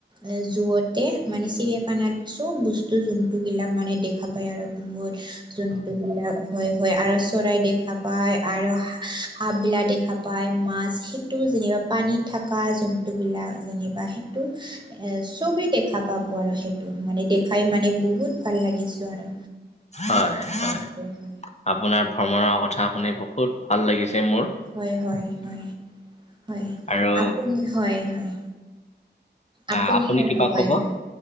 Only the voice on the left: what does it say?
হয় হয়,
আপোনাৰ ভ্ৰমণৰ কথা শুনি বহুত ভাল লাগিছে মোৰ
আৰু
আহ
কিবা
কব?